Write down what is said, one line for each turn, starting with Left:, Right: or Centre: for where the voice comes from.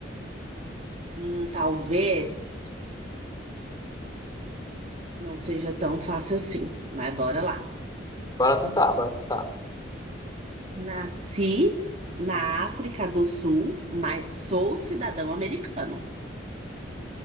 Right: hum, talvez não seja tão fácil assim, mas bora lá.
Left: Bora tentar, bora tentar.
Right: Nasci na África do Sul, mas sou cidadão americano.